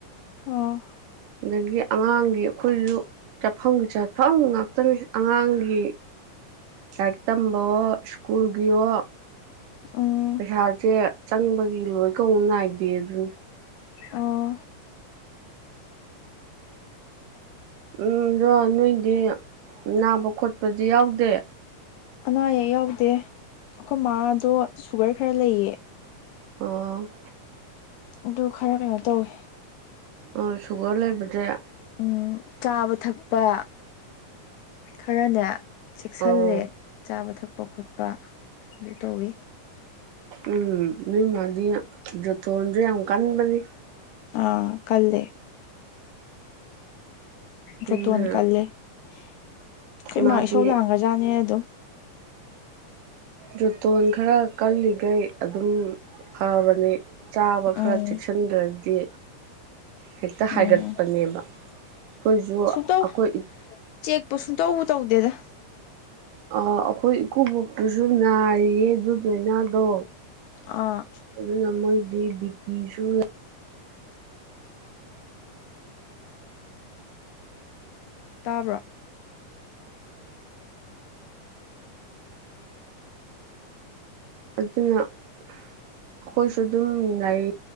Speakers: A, on the left; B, on the right.
A: ꯎꯝ <unintelligible>
B: ꯑꯗꯒꯤ ꯑꯉꯥꯡꯒꯤ ꯑꯩꯈꯣꯏꯁꯨ ꯆꯠꯐꯝꯒꯤ ꯆꯠꯐꯝ ꯉꯥꯛꯇꯅꯤ ꯑꯉꯥꯡꯒꯤ ꯂꯥꯏꯔꯤꯛ ꯇꯝꯕꯋ‌ꯣ ꯁ꯭ꯀꯨꯜꯒꯤꯌ‌ꯣ
A: ꯎꯝ
B: ꯄꯩꯁꯥꯁꯦ ꯆꯪꯕꯒꯤ ꯂꯣꯏ ꯀꯧ ꯅꯥꯏꯗꯦ ꯑꯗꯨꯅꯤ
A: ꯑꯣ
B: ꯎꯝ ꯑꯗꯣ ꯅꯣꯏꯗꯤ ꯅꯥꯕ ꯈꯣꯠꯄꯗꯤ ꯌꯥꯎꯗꯦ
A: ꯑꯅꯥ ꯑꯌꯦꯛ ꯌꯥꯎꯗꯦ ꯑꯩꯈꯣꯏ ꯃꯥꯥꯗꯣ ꯁꯨꯒꯔ ꯈꯔ ꯂꯩꯌꯦ
B: ꯑ‌ꯣ
A: ꯑꯗꯨ ꯈꯔ ꯀꯩꯅꯣ ꯇꯧꯋꯦ
B: ꯑ ꯁꯨꯒꯔ ꯂꯩꯕꯁ‌ꯦ
A: ꯎꯝ ꯆꯥꯕ ꯊꯛꯄ ꯈꯔꯅꯦ ꯆꯦꯛꯁꯤꯜꯂꯦ
B: ꯑꯣ
A: ꯆꯥꯕ ꯊꯛꯄ ꯈꯣꯠꯄ ꯑꯗꯨ ꯇꯧꯋꯤ
B: ꯎꯝ ꯅꯣꯏ ꯃꯥꯗꯤ ꯖꯣꯇꯣꯟꯁꯨ ꯌꯥꯝ ꯀꯟꯕꯅꯤ
A: ꯑꯥ ꯀꯜꯂꯦ
B: ꯑꯗꯨꯅ
A: ꯖꯣꯇꯣꯟ ꯀꯜꯂꯦ ꯑꯩꯈꯣꯏ ꯏꯃꯥ
B: ꯃꯥꯗꯤ
A: ꯏꯁꯧ ꯂꯥꯡꯒ꯭ꯔꯖꯥꯠꯅꯦ ꯑꯗꯨꯝ
B: ꯖꯨꯇꯣꯟ ꯈꯔ ꯀꯜꯂꯤꯒꯩ ꯑꯗꯨꯝ ꯐꯕꯅꯤ ꯆꯥꯕ ꯈꯔ
A: ꯎꯝ
B: ꯆꯦꯛꯁꯤꯟꯗ꯭ꯔꯗꯤ ꯍꯦꯛꯇ ꯍꯥꯏꯒꯠꯄꯅꯦꯕ
A: ꯎꯝ
B: ꯑꯩꯈꯣꯏꯁꯨ
A: ꯁꯨꯡꯇꯧ
B: ꯑꯩꯈꯣꯏ ꯏꯞ
A: ꯆꯦꯛꯄꯨ ꯁꯨꯡꯇꯧ ꯇꯧꯗꯦꯗ
B: ꯑ ꯑꯩꯈꯣꯏ ꯏꯀꯨꯕꯣꯛꯇꯨꯁꯨ ꯅꯥꯔꯤꯌꯦ ꯑꯗꯨ ꯂꯥꯏꯅꯥꯗꯣ
A: ꯑꯥ
B: ꯑꯗꯨꯅ ꯃꯣꯏꯗꯤ ꯕꯤ ꯄꯤꯁꯨ
A: ꯇꯥꯕ꯭ꯔꯣ
B: ꯑꯗꯨꯅ ꯑꯩꯈꯣꯏꯁꯨ ꯑꯗꯨꯝ ꯂꯩ